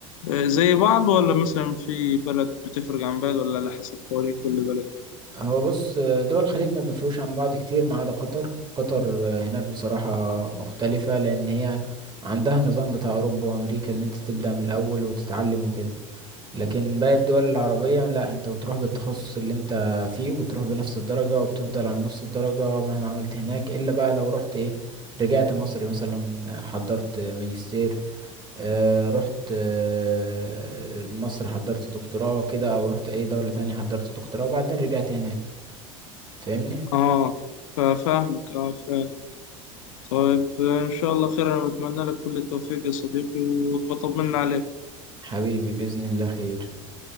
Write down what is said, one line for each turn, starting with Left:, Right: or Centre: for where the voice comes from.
Left: آه، زي بعض ولا مثلا في بلد بتفرق عن بلد ولا على حسب قوانين كل بلد؟
Right: هو بص آه، دول الخليج ما بيفرقوش عن بعض كتير ما عدا قطر قطر آه، هناك بصراحة مختلفة لأن هي عندها النظام بتاع أوروبا وأمريكا إن أنت تبدأ من الأول وتتعلم وكده لكن باقي الدول العربية لا أنت بتروح بالتخصص اللي أنت فيه وبتروح بنفس الدرجة وبتفضل على نفس الدرجة مهما عملت هناك إلا بقى لو رحت إيه رجعت مصر مثلا آه، حضرت ماجستير آه، رحت آه، مصر حضرت دكتوراه كده او رحت اي دولة تانية حضرت دكتوراه وبعدين رجعت هناك فاهمني
Left: اه فاهمك اه فاهم طيب إن شاء الله خير أنا بتمنى لك كل التوفيق يا صديقي وبطمن عليك
Right: حبيبي بإذن الله خير